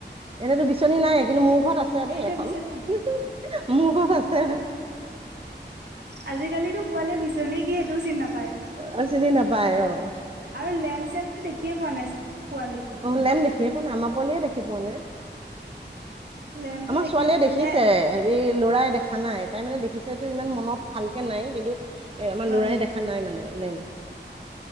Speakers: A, on the right; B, on the right.
A: এনেতো বিচনী নাই কিন্তু মোৰ ঘৰত আছে দেই
B: এতিয়া
A: এখন
B: বিচনী নাই
A: হে হেই মোৰ ঘৰত আছে
B: আজিকালিতো পোৱালিয়ে বিচনী কি সেইটোও চিনি নাপায়
A: অ চিনি নাপায় অ
B: আৰু লেম্প চেমটো দেখিয়ে পোৱা নাই পোৱালিয়ে
A: অ লেম্প দেখিয়ে পোৱাাই আমাৰ পোৱলিয়ে দেখি পোৱা নাই
B: লেম্পটো
A: আমাৰ
B: দেখি
A: ছোৱালীয়ে দেখিছে
B: লে
A: এই ল'ৰাই দেখা নাই তাই মানে দেখিছে যদিও ইমান মনত ভালকে নাই কিন্তু এ আমাৰ
B: হয়
A: ল'ৰাই
B: হয়
A: দেখা নাই মানে লেম্প